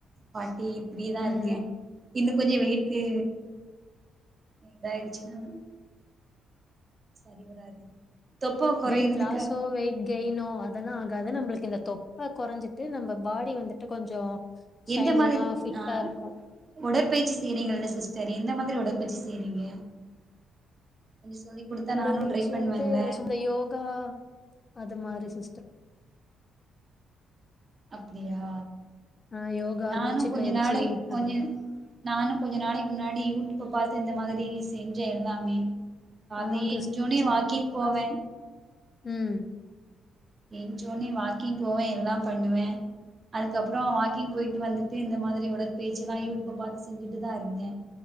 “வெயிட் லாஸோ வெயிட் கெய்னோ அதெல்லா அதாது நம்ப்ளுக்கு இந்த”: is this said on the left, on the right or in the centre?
Left